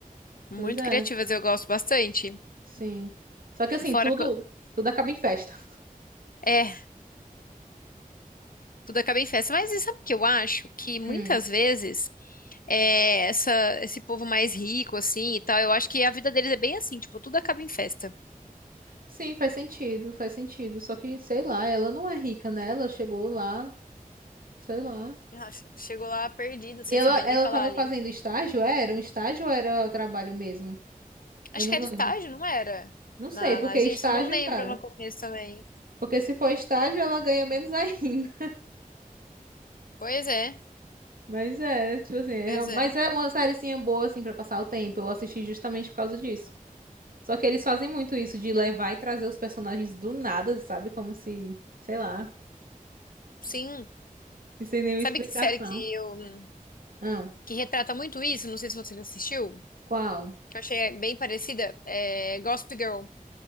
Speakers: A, on the left; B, on the right.
A: Muito
B: Pois é.
A: criativas, eu gosto bastante.
B: Sim. Só que assim,
A: Fora
B: tudo,
A: que eu-
B: tudo acaba em festa.
A: é, tudo acaba em festa, mas e sabe o que eu acho? Que muitas
B: Hum.
A: vezes é, essa, esse povo mais rico, assim, e tal, eu acho que a vida deles é bem assim, tipo, tudo acaba em festa.
B: Sim, faz sentido, faz sentido. Só que, sei lá, ela não é rica, né? Ela chegou lá, sei lá.
A: Nossa, chegou lá perdida, sem
B: E ela,
A: saber
B: ela
A: nem falar
B: tava
A: ali.
B: fazendo estágio? É, Era um estágio ou era trabalho mesmo?
A: Acho
B: Eu não
A: que era
B: lembro.
A: estágio, não era?
B: Não sei,
A: Na,
B: porque
A: na agência,
B: estágio,
A: eu não lembro
B: cara.
A: no começo também.
B: Porque se for estágio, ela ganha menos <laughs> ainda.
A: Pois é,
B: Mas é, tipo assim, é
A: pois
B: real- mas
A: é.
B: é uma sériezinha boa, assim, pra passar o tempo. Eu assisti justamente por causa disso. Só que eles fazem muito isso, de levar e trazer os personagens do nada, sabe? Como se, sei lá.
A: Sim.
B: E sem nenhuma
A: Sabe
B: explicação.
A: que série que eu
B: Ah,
A: que retrata muito isso? Não sei se você já assistiu,
B: qual?
A: que eu achei bem parecida. É Gossip Girl.